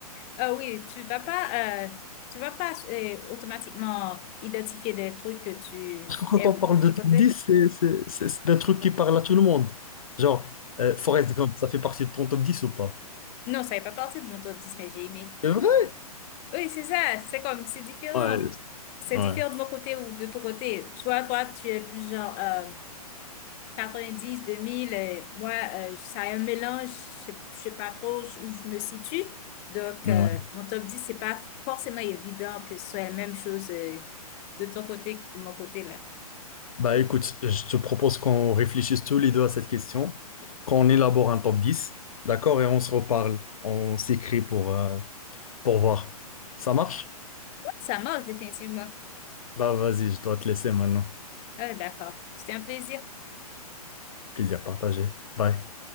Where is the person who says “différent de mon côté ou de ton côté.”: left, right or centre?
Left